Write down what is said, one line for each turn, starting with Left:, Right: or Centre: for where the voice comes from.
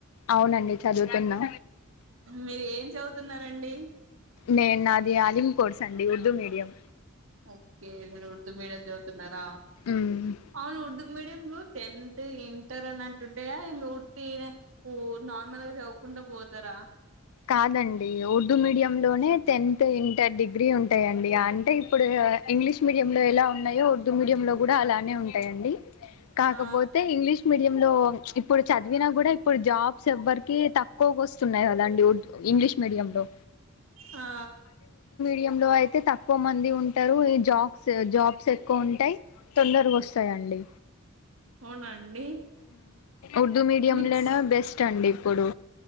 Left: అవునండి చదువుతున్నా
Right: మీరు ఏం చదువుతున్నారండి
Left: నేను నది కోర్సు <inaudible> ఉర్ద మీడియం
Right: ఓకేరు ఉర్దూ మీడియం చదుతున్నార
Left: మ్మ్
Right: అవును ఉర్దూ మీడియం టెన్త్ ఇంటర్ అని అంటుండే ఇర్తి నార్మల్ గా చదువుకుంటా పో పోతార
Left: కాదండి ఉర్దూ మీడియంలోనే టెన్త్ ఇంటర్ డిగ్రీ ఉంటాయండి అంటే ఇప్పుడు ఇంగ్లీష్ మీడియ లో ఎలా ఉన్నాయో ఉర్దూ మీడియం లో కూడా అలానే ఉంటాయండి కాకపోతే
Right: ఆ
Left: ఇంగ్లీష్ మీడియ లో ఇప్పుడు చదివినా కూడా ఇప్పుడు జాబ్స్ ఎవ్వరికి తక్కువ వస్తు ఉన్నాయి కదా అండి ఇంగ్లీష్ మీడియంలో
Right: ఆ
Left: య లో అయితే తక్కువ మంది ఉంటారు ఈ జాబ్స్ జాబ్స్ ఎక్కువ ఉంటాయి తొందరగా వస్తాయ అండి
Right: అవునండి
Left: ఉర్దూ మీడియంలోనే
Right: మిక్స్
Left: బెస్ట్ అండి ఇప్పుడు